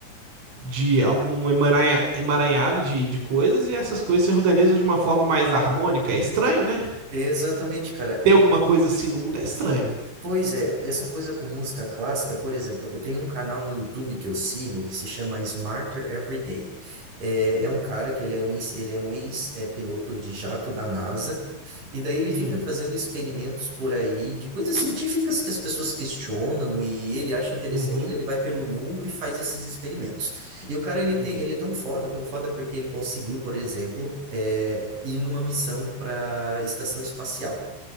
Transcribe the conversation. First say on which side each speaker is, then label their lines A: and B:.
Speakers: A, on the right (about 80°); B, on the right (about 45°).
A: de algum emaranha- emaranhado de, de coisas e essas coisas se organizam de uma forma mais harmônica. É estranho, né?
B: exatamente, cara.
A: Ter alguma coisa assim no mundo é estranho.
B: Pois é, essa coisa com música clássica, por exemplo, eu tenho um canal no YouTube que eu sigo que se chama Smarter Every Day. É, é um cara que ele é um, ex- ele é um ex-piloto de jato da NASA, e daí ele fica
A: Hum,
B: fazendo experimentos por aí de coisas científicas que as pessoas questionam e ele acha interessante,
A: uhum,
B: daí ele vai pelo mundo e faz esses experimentos. E o cara, ele
A: hum,
B: tem, ele é tão foda, tão foda porque ele conseguiu, por exemplo, é, ir numa missão para a estação espacial.